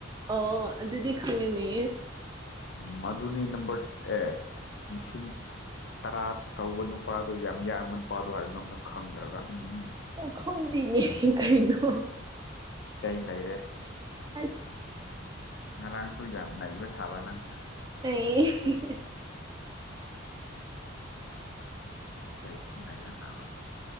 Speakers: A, on the right; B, on the left.
A: ꯑꯣ ꯑꯗꯨꯗꯤ ꯈꯪꯉꯤꯅꯦ
B: ꯃꯗꯨꯅꯤ ꯅꯝꯕꯔ ꯑꯦ ꯃꯁꯤ ꯇꯔꯥ ꯊꯧꯕ ꯅꯨꯄꯥꯗꯣ ꯌꯥꯝ ꯌꯥꯡꯕ ꯅꯨꯄꯥꯗꯣ ꯍꯥꯏꯔꯣ ꯅꯪꯅ ꯈꯪꯗ꯭ꯔꯒ ꯎꯝ ꯎꯝ
A: ꯈꯣꯡꯗꯤꯅꯤ ꯀꯩꯅꯣ
B: ꯆꯩ ꯂꯩꯔꯦ
A: ꯑꯁ
B: ꯉꯔꯥꯡꯁꯨ ꯌꯥꯝꯅꯏꯕ ꯁꯥꯕ ꯅꯪ
A: UNINTELLIGIBLE
B: ꯇꯦꯛꯁ ꯂꯩꯏꯕ ꯁꯥꯥꯕ